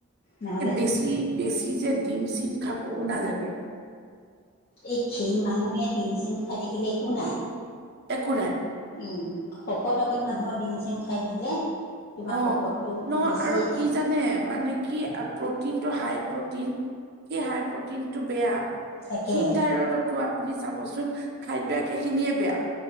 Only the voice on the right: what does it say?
বেছি বেছি যে ডিম চিম খাবও নালাগে
একো নাই
অ ন
আৰু
কি জানে মানে কি প্ৰটিন টো হাই প্ৰটিন কি হাই প্ৰটিন টো বেয়া
সিন ঠাই ৰডতো আপুনি চাবচোন খাদ্য একেইখিনিয়ে বেয়া